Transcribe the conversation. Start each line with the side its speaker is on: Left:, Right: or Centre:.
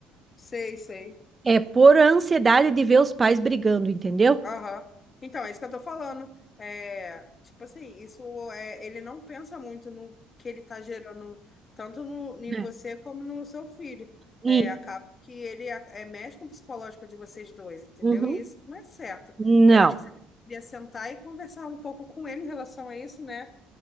Left: sei, sei.
Right: É por ansiedade de ver os pais brigando, entendeu?
Left: Aham. Então, é isso que eu tô falando. É, tipo assim, isso é, ele não pensa muito no que ele tá gerando, tanto no, em
Right: É.
Left: você como no seu filho.
Right: E,
Left: É, acaba que ele é, é, mexe com o psicológico de vocês dois, entendeu?
Right: uhum.
Left: E isso não é certo.
Right: Não.
Left: Eu acho que você devia sentar e conversar um pouco com ele em relação a isso, né?